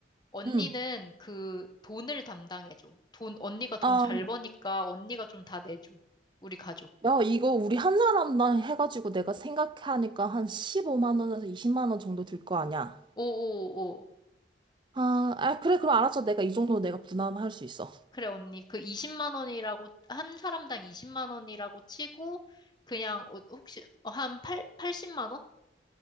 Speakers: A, on the left; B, on the right.
A: 언니는
B: 응.
A: 그 돈을 담당해줘. 돈, 언니가 돈
B: 아,
A: 잘 버니까 언니가 좀 다 내줘. 우리 가족.
B: 야, 이거 우리 한 사람당 해가지고 내가 생각하니까 한 15만 원에서 20만 원 정도 들 거 아니야.
A: 오오오.
B: 아, 아, 그래, 그럼 알았어. 내가 이 정도 내가 부담할 수 있어.
A: 그래, 언니. 그 20만 원이라고, 한 사람당 20만 원이라고 치고, 그냥, 어, 혹시, 어, 한 8, 80만 원?